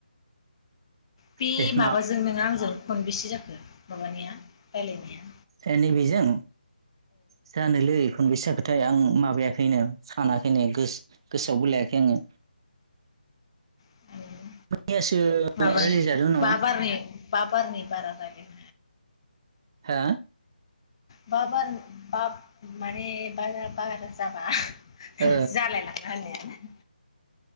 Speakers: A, on the left; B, on the right.
A: बे
B: दे
A: माबाजों
B: मा
A: नोंङो आंजों खनबेसे जाखो माबानाया रायलायनाया
B: ए नैबेजों जानोलै खनबेस जाखोथाय आं माबायाखैनो सानाखै ने गोस-गोसोआवबो लायाखै आंङो
A: औ
B: मैयासो
A: माबानि
B: रायलायजादों नामा
A: बा बारनि बा बारनि बारा जागोन
B: हा
A: बा बार बा माने बारा बार जाबा जालाय
B: ओ
A: लांला होननायानो